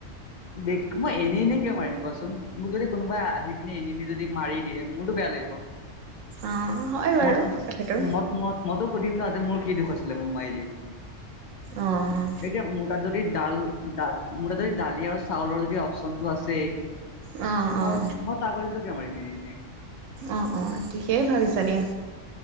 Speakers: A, on the left (about 60°); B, on the right (about 75°).
A: দে মই এনেই এনেই কিয় মাৰিম কোৱাচোন? মোক যদি কোনোবাই আহি পিনে এনেই এনেই যদি মাৰি দিয়ে মোৰতো বেয়া লাগিব।
B: অ হয় বাৰু
A: মত
B: কথাটো।
A: মত মত মইতো সোধিম ন যে মোৰ কি দুখ আছিলে মোক মাৰিলি?
B: অ', অ'।
A: এতিয়া মোৰতাত যদি ডাল মোৰতাত যদি দালি আৰু চাউলৰ যদি অপশচনটো আছেই
B: অ',
A: মই
B: অ',
A: মই ছাগলীটো কিয় মাৰিম এনেই এনেই
B: অঁ অঁ ঠিকেই ভাবিছা দিয়া।